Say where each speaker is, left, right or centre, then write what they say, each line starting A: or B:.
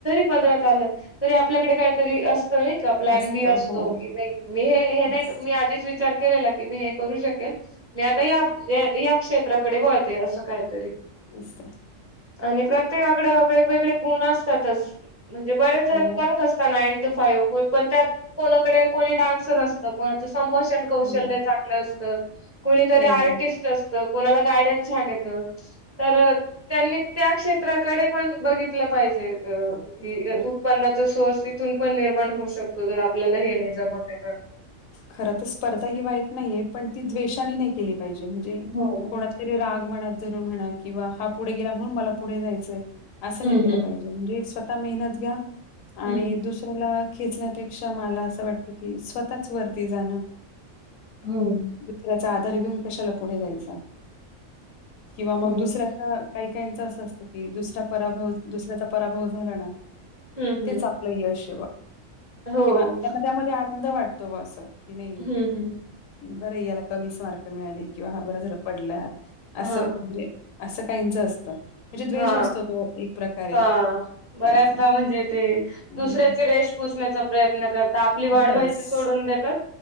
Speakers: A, on the right; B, on the left.
A: ात आ तरी आपल्याकडे काहीतरी असत नाही का प्लॅन
B: असतं
A: बी असतो
B: हो.
A: की नाही मी
B: तेच
A: नाही मी आधीच विचार केला की मी हे करू शकेल मी आता क्षेत्राकडे वळते असं काहीतरी
B: तेच तर
A: आणि प्रत्येकाकड वेगवेगळे गुण असतातच म्हणजे बरेच जण
B: हो,
A: करत असतात नाईन टू फाइव्ह पण त्यात कोणाकडे कोणी डान्सर असतं कोणाच संभाषण कौशल्य
B: हो,
A: चांगलं असतं कुणीतरी
B: हो.
A: आर्टिस्ट असत कोणाला गायडन् ण येत तर त्यांनी त्या क्षेत्राकडे पण बघितलं पाहिजे अ
B: तेच
A: कि
B: तर
A: उत्पन्नाचा सोर्स तिथून पण निर्माण होऊ शकतो वगर आपल्याला हे नाही जमत तर
B: खर तर स्पर्धा ही वाईट नाहीये पण ती द्वेषाने नाही केली म्हण
A: हो.
B: रा ून म्हणा किंवा हा पुढे गेला म्हणून मला पुढे जायचंय असं
A: हम्म
B: नाही के
A: हम्म
B: पाहिजे म्हणे मेहनत घ्या आणि
A: हम्म.
B: दुसऱ्याला खेचण्यापै क्षा मला असं वाटत की स्वतःच वरती जाणं
A: होम
B: दुसऱ्याचा घेऊन क पुढ जा किंवा मग
A: हो.
B: दु्या का अस असत की दुस परा दुसऱ्याचा पराभव झाला ना
A: हम्म हम्म.
B: तेच आपलं यश
A: हो.
B: किंवा त्यांना त्यामध्ये आनंद वाटतो ब अस की नाही
A: हम्म हम्म.
B: बर याला कमीच मार्क मिळाली किंवा हा बर झालं पडला
A: हां
B: असं म्हणजे असं काहीच असतं द्वेष
A: हा
B: असतो तो एक प्रकारे
A: हा बऱ्याचदा
B: त्यांचा
A: म्हणजे ते
B: हं,
A: दुसऱ्याचे रेश पुसण्याच प्रयत्न करत आपली वाढ
B: बस.
A: व्हायची सोडून देतात